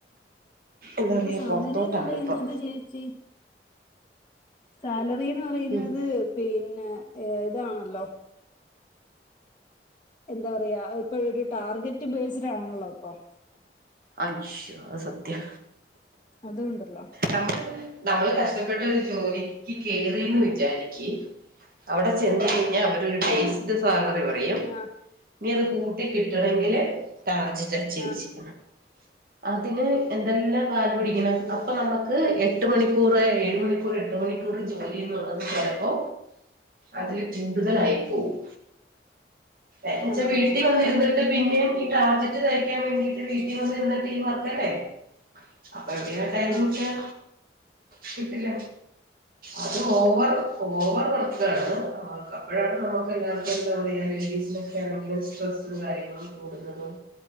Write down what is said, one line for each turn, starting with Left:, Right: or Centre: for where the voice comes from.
Right: എന്താ
Left: ഇപ്പൊ
Right: പറയാ
Left: സാലറിന്ന്
Right: പുറത്തോട്ടാണിപ്പം
Left: പറയുന്നത് ചേച്ചി സാലറി പറയുന്നത്
Right: ഉം
Left: പിന് പിന്നെ ഇതാണല്ലോ എന്താ പറയാ ഇപ്പൊ ഒരു ടാർഗറ്റ് ബേസ്ഡ് ആണല്ലോ ഇപ്പം
Right: ആശ്ശോ അത് സത്യാ
Left: അതുകൊണ്ടല്ലോ
Right: നമ്മള് നമ്മള് കഷ് ഷ്ടപ്പെട്ടൊരു ജോലിക്ക് കേറിന്ന് വിചാരിക്ക് അവടെ ചെന്ന് കഴിഞ്ഞാ അവരൊര് ഡേയ്സ്ഡ് സാലറി പ റയും
Left: ആ
Right: ഇനിയത് കൂ കൂട്ടി കിട്ടണെങ്കില് ടാർജറ്റ് അച്ചീവ്
Left: ആ
Right: ചെയ്യണം അതിന് എന്തെല്ലാം ക ണ്ട് പിടിക്കണം
Left: ഉം
Right: അപ്പൊ നമക്ക് എ എട്ട് മണിക്കൂറ് ഏഴ് മണിക്കൂറ് എട്ട് മണിക്കൂറ് ജോലി എന്നുള്ളത് ചെലപ്പോ അതില് കൂടുതലായി പോവും എന്നെച്ചാ
Left: ആ
Right: വീട്ടി വന്നിരുന്നി ട്ട് പിന്നേം ഈ ടാർജെറ്റ് തെകക്കാൻ വേണ്ടിയിട്ട് വീ ട്ടി വന്നിരുന്നിട്ട് ഈ വർക്കല്ലേ അപ്പം എവിടെയാ ടൈം
Left: ആ
Right: കിട്ടാ കിട്ടില്ല അത് ഓവർ, ഓവർ വർക്കാണ് അപ്പഴാണ് നമക്ക് എല്ലാർക്കും എന്താ പറയാ റിലേറ്റീവ്സ്നോക്കെ ആണെങ്കിലും സ്ട്രെസ്സും കാര്യങ്ങളും കൂടുന്നതും